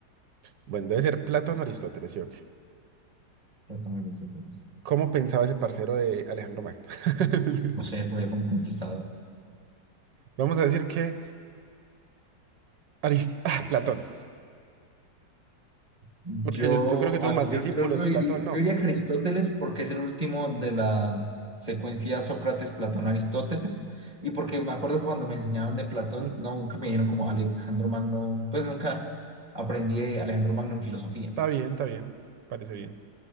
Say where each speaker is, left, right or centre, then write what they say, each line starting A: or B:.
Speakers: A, on the right (about 80°); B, on the right (about 20°).
A: Bueno, debe ser Platón o Aristóteles, sí o qué.
B: Platón, Aristóteles.
A: ¿Cómo pensaba ese parcero de Alejandro Magno? <laughs>
B: No sé, fue, fue un conquistador.
A: Vamos a decir que Arist- ah, Platón.
B: Yo,
A: Porque yo, yo creo que tuvo
B: a
A: más
B: ver, yo,
A: discípulos,
B: yo lo diría,
A: Platón, no.
B: yo diría que Aristóteles porque es el último de la secuencia Sócrates, Platón, Aristóteles. Y porque me acuerdo que cuando me enseñaron de Platón,
A: Mm,
B: no, nunca me dijeron como Alejandro Magno, pues nunca aprendí de Alejandro Magno en filosofía.
A: Está bien, está bien. Parece bien.